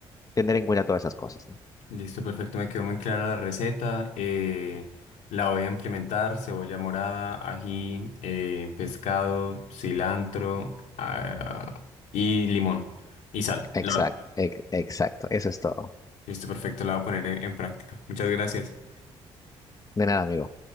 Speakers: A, on the left; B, on the left.
A: Tener en cuenta todas esas cosas, ¿no?
B: Listo, perfecto, me quedó muy clara la receta, eh, la voy a implementar, cebolla morada, ají, eh, pescado, cilantro, ah, y limón, y sal.
A: Exacto,
B: La-
A: ex- exacto. Eso es todo.
B: listo, perfecto, la voy a poner en en práctica. Muchas gracias.
A: De nada, amigo.